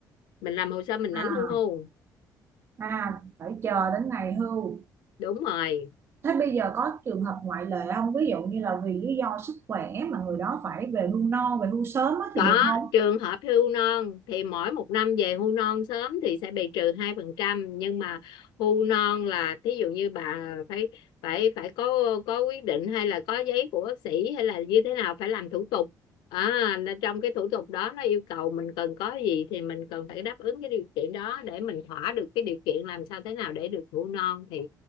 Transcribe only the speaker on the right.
à
à phải chờ đến ngày hưu
thế bây giờ có trường hợp ngoại lệ không ví dụ như là vì lý do sức khỏe mà người đó phải về hưu non về hưu sớm á
thì được không